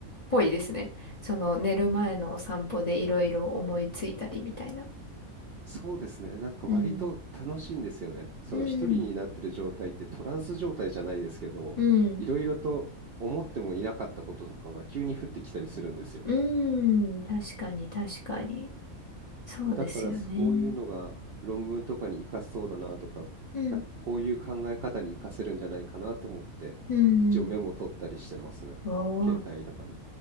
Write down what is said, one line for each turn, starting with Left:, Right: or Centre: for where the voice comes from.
Left: ぽいですね。その寝る前のお散歩でいろいろ思いついたりみたいな。
Right: そうですね。なんか割と楽しいんですよね。
Left: うん。
Right: その一人になってる状態ってトランス状態じゃないですけどいろいろと思ってもいなかったこととかが急に降ってきたりするんですよ。
Left: うんうん。うん。うーん、確かに確かに。そうですよね。
Right: だからそういうのが論文とかに活かせそうだなとか、
Left: うん、
Right: なんかこういう考え方に活かせるんじゃないかなと思って、
Left: うん、
Right: 一応メモ取ったりしてますね。
Left: うん。
Right: 携帯とか。
Left: おー、